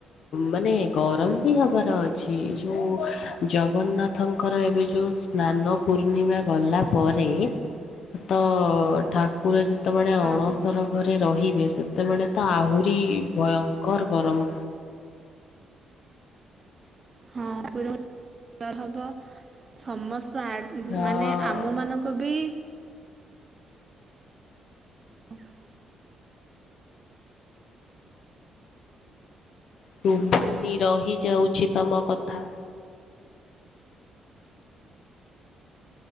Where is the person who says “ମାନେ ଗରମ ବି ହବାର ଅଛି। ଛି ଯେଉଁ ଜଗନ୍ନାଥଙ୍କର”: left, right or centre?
Left